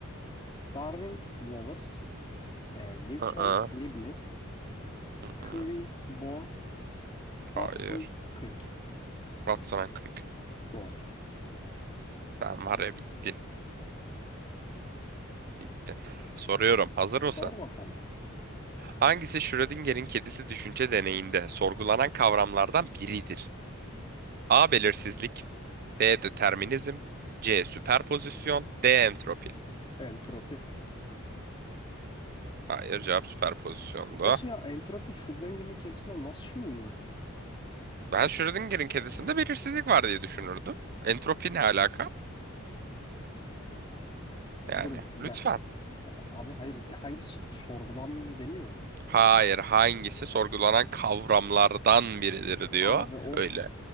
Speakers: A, on the left (about 25°); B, on the right (about 45°).
A: Darwin, Wallace, e, Newton,
B: Aa.
A: Leibniz,
B: Aa.
A: Curie, Bohr, Watson,
B: Hayır.
A: Crick.
B: Watson and Crick.
A: Doğru cevap.
B: Sen var ya bittin. Bittin. Soruyorum. Hazır mısın?
A: Doğru bakalım.
B: Hangisi Schrödinger'in kedisi düşünce deneyinde sorgulanan kavramlardan biridir? A. Belirsizlik. B. Determinizm. C. Süperpozisyon. D. Entropi.
A: Entropi.
B: Hayır, cevap süperpozisyondu.
A: Nasıl ya entropi şu dengenin kendisinde nasıl şey oluyor?
B: Ben Schrödinger'in kedisinde belirsizlik var diye düşünürdüm. Entropi ne alaka? Yani
A: Dur bir
B: lütfen.
A: dakika. Abi hayır hangisi sorgulanmıyor demiyor muydu?
B: Hayır, hangisi sorgulanan kavramlardan biridir diyor.
A: Abi of.
B: Öyle.